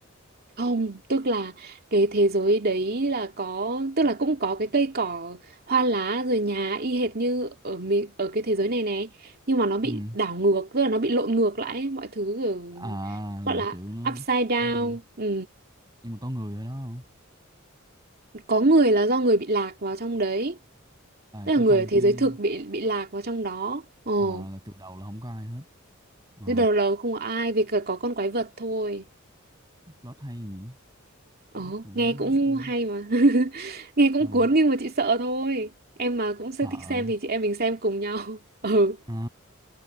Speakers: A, on the right (about 50°); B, on the right (about 20°).
A: Không, tức là cái thế giới đấy là có, tức là cũng có cái cây cỏ, hoa lá rồi nhà y hệt như ở mi- ở cái thế giới này nè, nhưng mà nó bị
B: ừ.
A: đảo ngược, tức là nó bị lộn ngược lại, ấy, mọi thứ kiểu
B: à
A: gọi
B: là
A: là
B: kiểu nó
A: upside down.
B: giống như
A: Ừ.
B: nhưng mà có người ở đó không
A: Có người là do người bị lạc vào trong đấy,
B: à
A: tức
B: chứ
A: là người
B: không
A: ở thế
B: chứ
A: giới thực bị bị lạc vào trong đó. Ồ,
B: à là từ đầu là không có ai hết Ồ,
A: thế đầu là không có ai, vì cả có con quái vật thôi.
B: plot hay nhỉ nó
A: Ồ,
B: cũng
A: nghe cũng
B: như
A: hay mà <laughs> Nghe cũng
B: mà
A: cuốn nhưng mà chị sợ thôi Em mà cũng
B: sợ
A: sẽ thích xem thì chị em mình xem cùng nhau <laughs> Ừ,
B: Ờ,